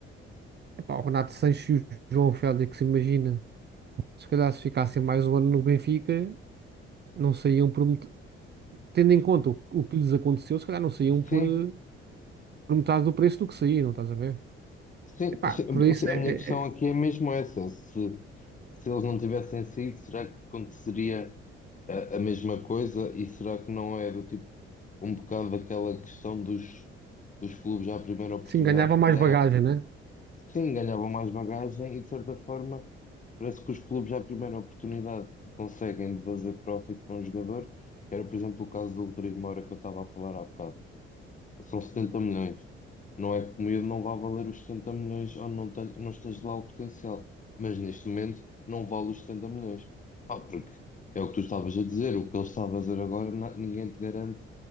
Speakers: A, on the right; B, on the left.
A: epá, o Renato Sanches e o João Félix, imagina, se calhar se ficassem mais um ano no Benfica, não saíam por met- tendo em conta o, o que lhes aconteceu, se calhar não saíam por,
B: Sim,
A: eh, por metade do preço do que saíram, estás a ver?
B: Sim,
A: Epá, por isso
B: se-
A: é,
B: a minha
A: é-
B: questão aqui
A: é-
B: é mesmo essa. Se, se eles não tivessem saído, será que aconteceria a, a mesma coisa? E será que não é do tipo um bocado daquela questão dos, dos clubes à primeira oportunidade
A: sim, ganhava
B: que
A: mais
B: têm?
A: bagagem, né?
B: Sim, ganhavam mais bagagem e de certa forma parece que os clubes à primeira oportunidade que conseguem de fazer profit com o jogador, que era por exemplo o caso do Rodrigo Moura que eu estava a falar há bocado. São 70 milhões. Não é que o miúdo não vá valer os 70 milhões ou não, te- não esteja lá o potencial. Mas neste momento não vale os 70 milhões. Ah, porque é o que tu estavas a dizer, o que ele está a fazer agora, na- ninguém te garante